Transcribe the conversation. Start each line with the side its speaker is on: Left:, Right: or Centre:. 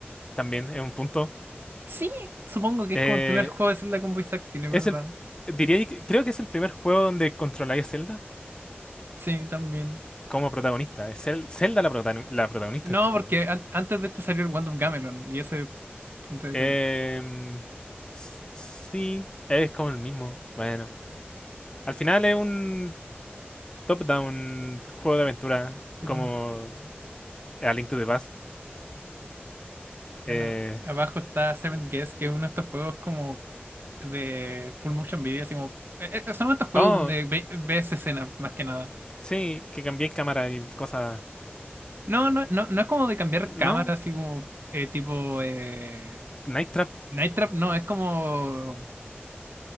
Left: también, es un punto.
Right: Sí, supongo que
Left: Eh,
Right: es como el primer juego de Zelda con voice acting, es
Left: es
Right: verdad.
Left: el, diría, que- creo que es el primer juego donde controláis a Zelda
Right: Sí, también.
Left: como protagonista. Es Zel- Zelda la, protagoni- la protagonista
Right: No,
Left: de este juego.
Right: porque an- antes de este salió el Wand of Gamelon y ese contra el
Left: Em,
Right: Zelda.
Left: s- sí, es como el mismo. Bueno, al final es un top-down juego de aventura
Right: Sí.
Left: como A Link to the Past. Eh,
Right: Bueno, abajo está Seven Guess, que es uno de estos juegos como de full motion video, así como eh, eh, son estos juegos
Left: oh,
Right: donde ve- ves escenas más que nada.
Left: sí, que cambié cámara y cosas.
Right: No, no, no, no es como de cambiar
Left: No,
Right: cámara, así como eh, tipo eh,
Left: Night Trap.
Right: Night Trap, no, es como